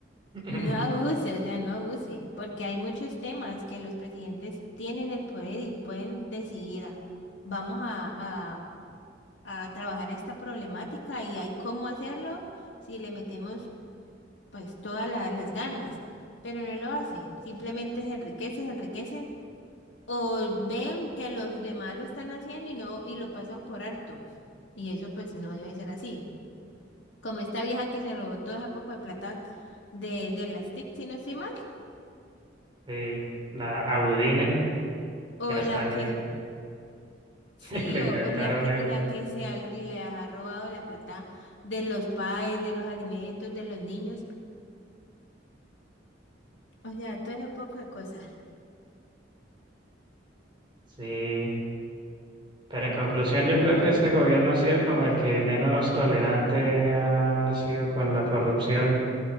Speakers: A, on the right (about 30°); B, on the left (about 75°).
A: <laughs>
B: No abuse, o sea, no abuse, porque hay muchos temas que los presidentes tienen el poder y pueden decidir, "Ah, vamos a, a- a trabajar esta problemática y hay cómo hacerlo si le metemos pues todas la- las ganas, pero no lo hacen, simplemente se enriquecen, se enriquecen o ven que los demás lo están haciendo y no y lo pasan por alto. Y eso pues no debe ser así. Como esta vieja que se robó toda esa poco de plata de, de las TIC, si no estoy mal.
A: sí, la Abudinen,
B: O
A: que hasta
B: la
A: le,
B: que, sí,
A: <laughs> le
B: o,
A: inventaron
B: o la que,
A: el...
B: la que se ha- le ha robado la plata de los pais, de los alimentos, de los niños, o sea, todo ese poco de cosas.
A: Sí, pero en conclusión yo creo que este gobierno ha sido como el que menos tolerante ha sido con la corrupción